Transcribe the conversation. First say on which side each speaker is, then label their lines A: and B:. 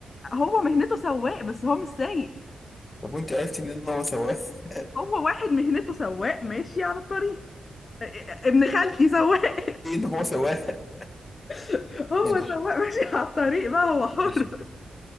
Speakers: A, on the left; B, on the left.
A: هو مهنته سواق بس هو مش سايق
B: طب وانت عرفتي منين ان هو سواق <laughs>
A: هو واحد مهنته سواق ماشي على الطريق ا- ا- ابن خالتي سواق
B: ايه ان هو سواق
A: <laughs> هو
B: ماشي
A: سواق ماشي على الطريق بقى هو حر
B: ماشي